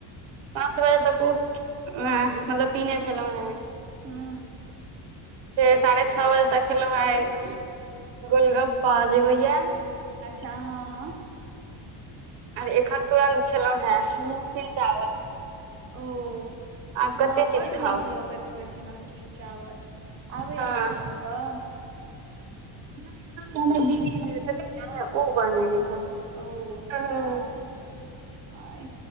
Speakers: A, on the right; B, on the right.
A: पाँच बजे तक ओ एं मतलब पिने छलहुंहें।
B: हूँ।
A: फेर साढ़े छ बजे तक, खेलौ हें आय गोलगप्पा जे होइया।
B: अच्छा हँ - हँ।
A: अरे एखन तुरंत खेलौं हें नीमकीन चावल।
B: ओ।
A: आब
B: हँ
A: कते
B: बड
A: चीज खाउ
B: नीक लगैत रहैत छै, नमकीन चावल आबे
A: हँ
B: अहाँके बन बल।
A: नहि ने हमरा दीदी जे छथिन ने उ बनने
B: अच्छा
A: छथिन।
B: ओ हँ हँ